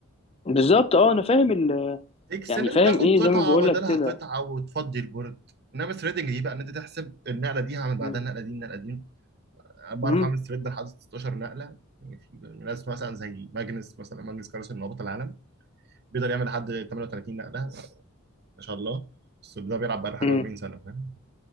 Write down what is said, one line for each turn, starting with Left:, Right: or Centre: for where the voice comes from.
Left: بالظبط اه أنا فاهم ال...
Right: اكس
Left: يعني
Right: ان انت
Left: فاهم
Right: تاخد
Left: إيه
Right: قطعه
Left: زي ما بقول
Right: بدلها
Left: لك كده
Right: قطعه وتفضي البورد انما ثريدنج دي بقى ان انت تحسب النقله دي هعمل بعدها
Left: مم،
Right: النقله دي النقله دي انا بعرف
Left: مم،
Right: اعمل ثريد لحد 16 نقله يعني في ناس مثلا زي ماجنس مثلا ماجنس كارلسن من هبوط العالم بيقدر يعمل لحد 38 نقله ما شاء الله بس ده بيلعب بقاله حاجه
Left: مم،
Right: 40 سنه فاهم